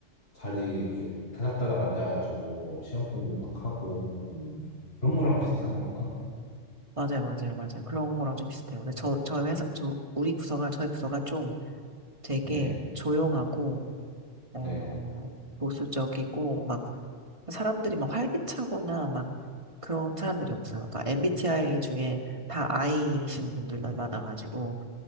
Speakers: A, on the left; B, on the right.
A: 자리 이렇게 다닥다닥 앉아가지고 시험 공부 막 하고
B: 음,
A: 그런 거랑 비슷한 건가?
B: 맞아요 맞아요 맞아요 그런 거랑 좀 비슷해요 근데 저 저희 회사 저 우리 부서가 저희 부서가 좀 되게
A: 네,
B: 조용하고 어,
A: 네,
B: 보수적이고 막 사람들이 막 활기차거나 막 그런 사람들이 없어요. 그러니까 MBTI 중에 다 I이신 분들만 많아가지고